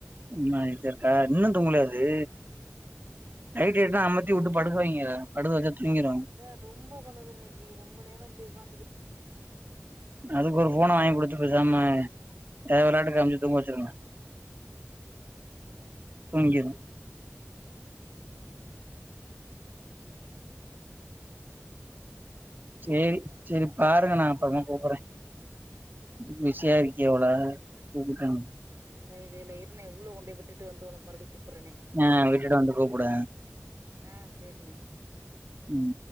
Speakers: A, on the right; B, on the right.
A: நா இதற்கா இன்னு தூங்கலையா அது லைட் எட்டா அமத்தி உட்டு படுக்க வைங்கி அத படுக்க வச்சா தூங்கிரு
B: த ரொம்ப பண்ணுது இன்னைக்கி ரொம்ப நேரோ இப்டி உக்காந்துகிட்டு
A: அதுக்கு ஒரு ஃபோன வாங்கி குடுத்து போசாம எதோ வெளாட்டுக்கு காமிச்சு தூங்க வச்சுருங்க தூங்கிரு சேரி சேரி பாருங்க நா அப்றமா கூப்புறே பிஷியா இருக்கிய போல கூப்பிட்டன்
B: இந்த இதுகள இர்ன உள்ள கொண்டு போய் விட்டுட்டு வந்து ஒனக்கு மறுபடி கூப்புரேனே
A: ஆ விட்டுட்டு வந்து கூப்புட
B: ஆ செரிண்ணே
A: ம்